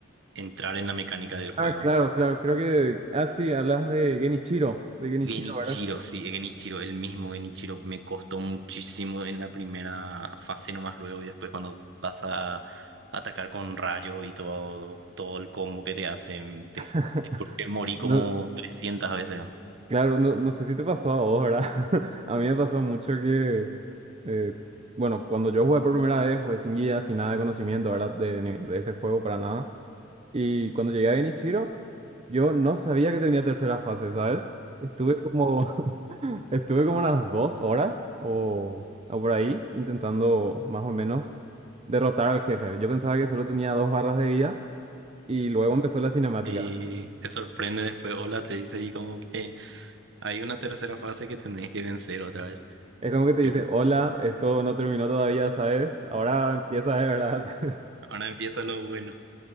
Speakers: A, on the right; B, on the right.
A: entrar en la mecánica del juego?
B: Ah, claro, claro, creo que, ah, sí, hablas de Genichiro, de Genichiro,
A: Genichiro,
B: ¿verdad?
A: sí, Genichiro, el mismo Genichiro. Me costó muchísimo en la primera fase nomás luego y después cuando pasa a atacar con rayos y todo, todo el combo que te hacen, te,
B: <laughs>
A: te juro que morí como
B: No,
A: 300 veces.
B: claro, no, no sé si te pasó a vos, ¿verdad? <laughs> A mí me pasó mucho que, eh, bueno, cuando yo jugué por primera vez, jugué sin guía, sin nada de conocimiento, ¿verdad? De, ni- de ese juego para nada. Y cuando llegué a Genichiro, yo no sabía que tenía tercera fase, ¿sabes? Estuve como, <laughs> estuve como unas dos horas o, o por ahí intentando más o menos derrotar al jefe. Yo pensaba que solo tenía dos barras de vida y luego empezó la cinemática.
A: Y te sorprende después, hola, te dice y como que hay una tercera fase que tenés que vencer otra vez.
B: Es como que te
A: Pero
B: dice, hola,
A: sí,
B: esto no terminó todavía, ¿sabes? Ahora empieza de verdad. <laughs>
A: ahora empieza lo bueno.